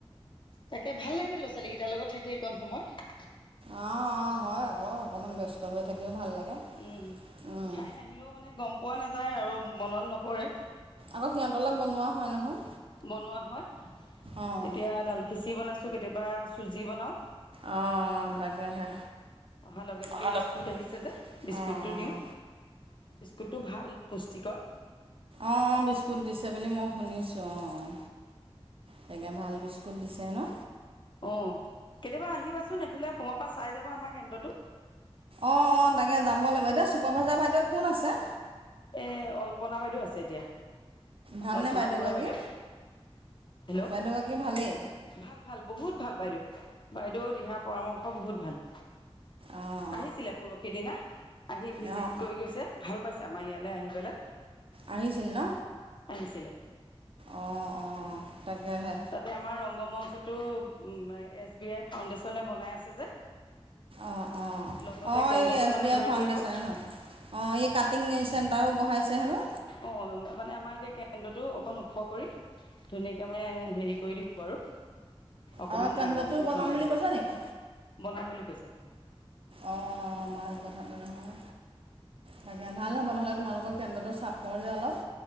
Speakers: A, on the left; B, on the right.
A: তাকে ভাল লাগিল, ল'ৰা-ছোৱালীকেইটাৰ লগত থাকি এইকণ সময়।
B: অ', অ', হয় আকৌ, অকমান ব্যস্ত হৈ থাকিও ভাল লাগে।
A: উম্,
B: উম,
A: খাই নাহিলেও মানে গম পোৱা নাযায় আৰু মনত নপৰে।
B: আকৌ সিহঁতলৈ বনোৱা হয় নহয়।
A: বনোৱা হয়।
B: অঁ
A: এতিয়া দাইলখিচিৰি বনাইছোঁ, কেতিয়াবা চুজি বনাওঁ।
B: অ'অ', তাকেহে।
A: অহাৰ লগে লগে
B: হেল্ল'
A: বিস্কুট আহিছে যে, বিস্কুটটো
B: অঁ
A: দিওঁ। বিস্কুটটো ভাল পুষ্টিকৰ।
B: অ', বিস্কুট দিছে বুলি মই শুনিছোঁ। অ', তাকে ভাল বিস্কুট দিছেহেনো!
A: অ', কেতিয়াবা আহিবাচোন। এইফালে সোমাবা, চাই যাব আমাৰ কেন্দ্ৰটো।
B: অ', অ', তাকে যাব লাগিব, এতিয়া ছুপাৰভাইজাৰ বাইদেউ কোন আছে।
A: এ অল্পনা বাইদেউ আছে এতিয়া।
B: ভালনে
A: কল্পনা
B: বাইদেউগৰাকী
A: বৰুৱা বাইদেউ। হেল্ল'।
B: বাইদেউগৰাকী ভালেই
A: ভাল ভাল বহুত ভাল বাইদেউ, বাইদেউ দিহা পৰামৰ্শ বহুত ভাল।
B: অঁ
A: আহিছিলে পৰহি দিনা আহি ভিজিট
B: অঁ অঁ
A: কৰি গৈছে ভাল পাইছে। আমাৰ ইয়ালৈ আহি পেলাই।
B: আহিছিল ন!
A: আহিছিলে।
B: অ অ তাকেহে।
A: তাতে আমাৰ ৰংগমঞ্চটো এছ বি আই ফাউণ্ডেশ্যনে বনাই আছে যে।
B: অঁ অঁ
A: লগতে
B: অঁ
A: কেন্দ্ৰটো
B: এই এছ
A: মানে
B: বি আই
A: ভাল
B: ফাউণ্ডেশ্যনে
A: কৰি দিব
B: নহয় অঁ এই কাটিং নেচন। তাৰো বহাইছে হেনো।
A: অ মানে আমাৰ যে কেন্দ্ৰতো অকন ওখ কৰি ধুনীয়াকে মানে। হেৰি কৰি দিব আৰু অকমান
B: আৰু কেন্দ্ৰটো
A: ডাঙৰ কৰি
B: বনাম
A: বনাই
B: বুলি
A: দিব।
B: কৈছে নেকি
A: বনাম বুলি কৈছে।
B: অঁ ভাল কথা তেনেহলে। তাকে ভালহে তোমালোকৰ কেন্দ্ৰটো চাপৰ যে অলপ।